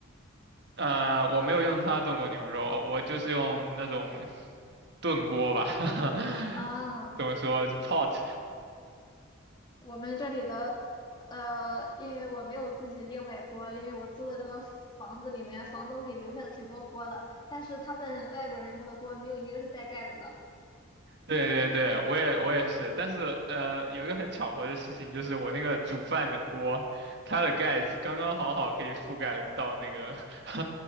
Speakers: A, on the right; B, on the left.
A: 呃，我没有用它炖过牛肉，我就是用那种炖锅吧，<laughs>
B: 啊。
A: 怎么说就 pot。
B: 我们这里的，呃，因为我没有自己另买锅，因为我租的这个房子里面，房东给留下了挺多锅的，但是他们外国人用的锅没有一个是带盖子的。
A: 对对对，我也我也是，但是呃，有一个很巧合的事情，就是我那个煮饭的锅，它的盖子刚刚好好可以覆盖到那个 <laughs>